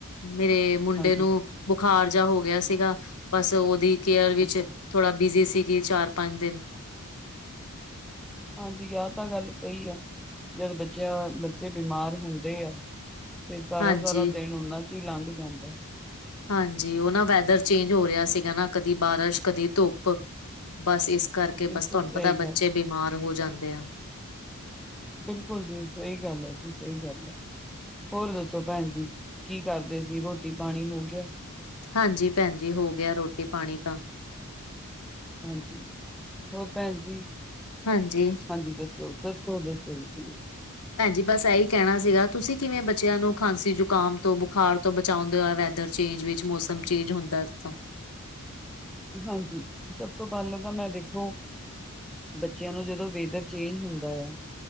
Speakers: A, on the left (about 85°); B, in the centre.
A: ਮੇਰੇ ਮੁੰਡੇ
B: ਹਾਂਜੀ,
A: ਨੂੰ ਬੁਖਾਰ ਜਯਾ ਹੋ ਗਯਾ ਸੀਗਾ, ਬਸ ਉਹਦੀ ਕੇਅਰ ਵਿੱਚ
B: ਅੱਛਾ
A: ਥੋੜਾ ਬੀਜੀ ਸੀਗੀ ਚਾਰ- ਪੰਜ ਦਿਨ।
B: ਹਾਂਜੀ ਆ ਤਾਂ ਗੱਲ ਸਹੀ ਆ, ਜਦ ਬੱਚਿਆਂ ਬੱਚੇ ਬਿਮਾਰ ਹੁੰਦੇ ਆ ਫੇਰ ਸਾਰਾ-
A: ਹਾਂਜੀ।
B: ਸਾਰਾ ਦਿਨ ਉਨਾਂ ਚ ਈ ਲੰਘ ਜਾਂਦੈ।
A: ਹਾਂਜੀ। ਉਹ ਨਾ ਵੈਦਰ ਚੇਂਜ ਹੋ ਰਯਾ ਸੀਗਾ ਨਾ, ਕਦੀ ਬਾਰਸ਼ ਕਦੀ ਧੁੱਪ। ਬਸ ਇਸ ਕਰਕੇ
B: ਬਿਲਕੁਲ
A: ਬਸ ਤਵਾਨੂੰ
B: ਸਹੀ
A: ਪਤਾ
B: ਗੱਲ,
A: ਬੱਚੇ ਬਿਮਾਰ ਹੋ ਜਾਂਦੇ ਆ।
B: ਬਿਲਕੁਲ ਜੀ। ਸਹੀ ਗੱਲ ਐ ਜੀ ਸਹੀ ਗੱਲ ਐ। ਹੋਰ ਦੱਸੋ ਪੈਣ ਜੀ ਕੀ ਕਰਦੇ ਸੀ? ਰੋਟੀ- ਪਾਣੀ ਹੋ ਗਯਾ?
A: ਹਾਂਜੀ ਭੈਣ ਜੀ। ਹੋ ਗਆ ਰੋਟੀ- ਪਾਣੀ ਤਾਂ।
B: ਹਾਂਜੀ। ਹੋਰ ਭੈਣ ਜੀ,
A: ਹਾਂਜੀ
B: ਹਾਂਜੀ ਦਸੋ? ਸੋ ਦੱਸੋ- ਦੱਸੋ ਜੀ ਤੁਹੀ?
A: ਭੈਣ ਜੀ ਬਸ ਇਹੀ ਕਹਿਣਾ ਸੀਗਾ, ਤੁਸੀਂ ਕਿਵੇਂ ਬੱਚਿਆਂ ਨੂੰ ਖਾਂਸੀ ਜ਼ੁਕਾਮ ਤੋਂ ਬੁਖਾਰ ਤੋਂ ਚਾਂਦੇ ਆ, ਵੈਦਰ ਚੇਂਜ ਵਿੱਚ ਮੌਸਮ ਚੇਂਜ ਹੁੰਦਾ ਜਿੱਦਾਂ
B: ਹਾਂਜੀ, ਸਭ ਤੋਂ ਪਹਿਲਾਂ ਤਾਂ ਮੈਂ ਦੇਖੋ ਬ ਬੱਚਿਆਂ ਨੂੰ ਜਦੋਂ ਵੇਦਰ ਚੇਂਜ ਹੁੰਦਾ ਆ।